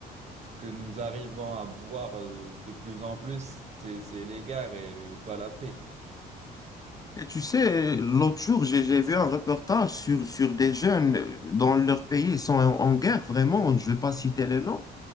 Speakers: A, on the right (about 40°); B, on the left (about 20°).
A: ce que nous arrivons à voir euh, de plus en plus, c'est, c'est les guerres et, et pas la paix.
B: Et tu sais, l'autre jour, j'ai j'ai vu un reportage sur, sur des jeunes euh, dans leur pays, ils sont en, en guerre, vraiment, je ne vais pas citer les noms.